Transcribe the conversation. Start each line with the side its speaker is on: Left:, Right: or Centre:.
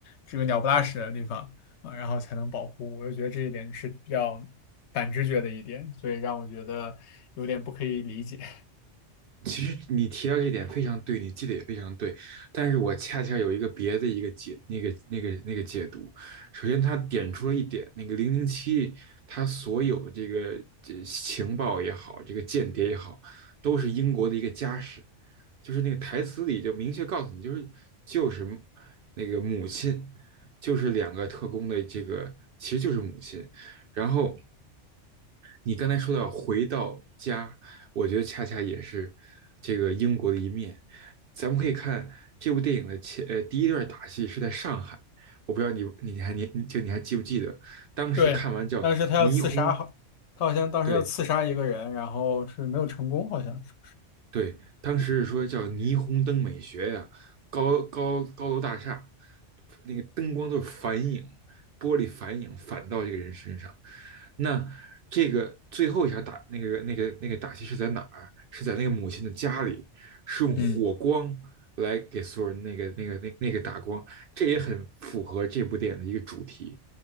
Left: 这个鸟不拉屎的地方啊，然后才能保护。我就觉得这一点是比较反直觉的一点，所以让我觉得有点不可以理解。<laughs>
Right: 其实你提到这点非常对，你记得也非常对，但是我恰恰有一个别的一个解那个那个那个解读。首先，他点出了一点，那个零零七他所有的这个这情报也好，这个间谍也好，都是英国的一个家事，就是那个台词里就明确告诉你，就是就是那个母亲，就是两个特工的这个其实就是母亲，然后。你刚才说到回到家，我觉得恰恰也是这个英国的一面。咱们可以看这部电影的前呃第一段打戏是在上海，我不知道你你还你就你还记不记得，当时看完叫霓虹
Left: 对，当时他要刺杀，好，他好像当时要刺杀一个人，
Right: 对
Left: 然后是没有成功，好像是。
Right: 对，当时是说叫霓虹灯美学呀、高高高楼大厦，那个灯光都是反影，玻璃反影反到这个人身上。那这个最后一场打那个那个那个打戏是在哪儿？是在那个母亲的家里，是用火光来给所有人那个那个那那个打光，
Left: 嗯。
Right: 这也很符合这部电影的一个主题，